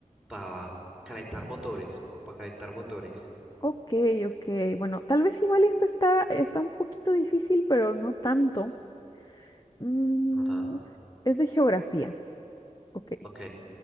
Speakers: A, in the centre; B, on the left.
A: pa calentar motores, como para calentar motores.
B: Ok, ok. Bueno, tal vez igual esta está, está un poquito difícil, pero no tanto. Mm,
A: Ajá,
B: es de geografía. Ok.
A: ok.